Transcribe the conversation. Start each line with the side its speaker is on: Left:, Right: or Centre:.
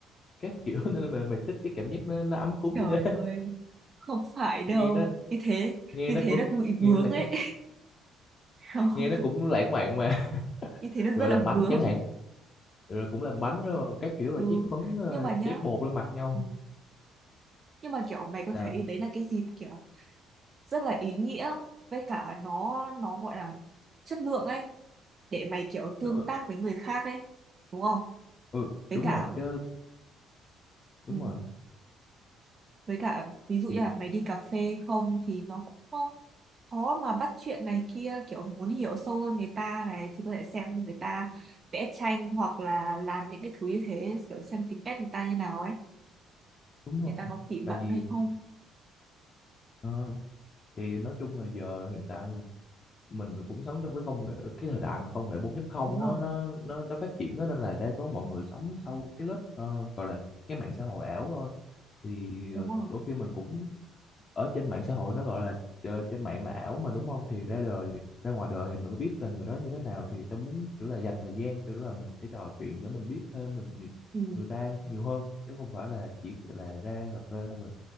Left: các kiểu <laughs> nên là mày, mày thích cái cảm giác nó, nó ấm cúng
Right: Trời
Left: như thế <laughs>
Right: ơi, không phải đâu.
Left: nghe nó
Right: Như thế,
Left: nghe
Right: như
Left: nó
Right: thế
Left: cũng
Right: là bị
Left: nghe
Right: vướng
Left: nó lãng
Right: ấy. <laughs>
Left: nghe
Right: Không,
Left: nó cũng lãng mạn mà <laughs>
Right: như thế nó
Left: rồi
Right: rất
Left: làm
Right: là
Left: bánh
Right: vướng.
Left: chẳng hạn rồi cũng làm bánh rồi các kiểu rồi
Right: ừ
Left: chiết phấn ờ,
Right: nhưng mà nhá
Left: chiết bột lên mặt nhau
Right: ừ, nhưng mà kiểu mày có
Left: sao
Right: thấy đấy là cái dịp kiểu rất là ý nghĩa với cả nó nó gọi là chất lượng ấy để mày kiểu tương
Left: Đúng rồi.
Right: tác với người khác ấy đúng không
Left: ừ
Right: với
Left: đúng
Right: cả
Left: rồi chứ đúng
Right: ừ,
Left: rồi
Right: với cả ví dụ như
Left: thì
Right: là mày đi cà phê không thì nó cũng có- khó mà bắt chuyện này kia kiểu muốn hiểu sâu hơn người ta này thì có thể xem người ta vẽ tranh hoặc là làm những cái thứ như thế kiểu xem tính cách người ta như nào ấy
Left: đúng rồi
Right: người ta có tỉ mẩn
Left: tại vì
Right: hay không
Left: ờ, thì nói chung là giờ hiện tại mình cũng sống trong cái công nghệ cái thời đại mà công nghệ 4 không
Right: đúng
Left: nó
Right: rồi
Left: nó nó nó phát triển đó, nên là đa số mọi người sống sau cái lớp ờ, gọi là cái mạng xã hội ảo thôi thì
Right: đúng
Left: ờ,
Right: rồi
Left: đôi khi mình cũng ở trên mạng xã hội nó gọi là ờ, trên mạng là ảo mà đúng không thì ra đời ra ngoài đời thì mình mới biết là người đó như thế nào thì tao muốn kiểu là dành thời gian kiểu là mình sẽ trò chuyện để mình biết thêm mình nhiều-
Right: Ừ,
Left: người ta nhiều hơn chứ không phải là chỉ là ra cà phê rồi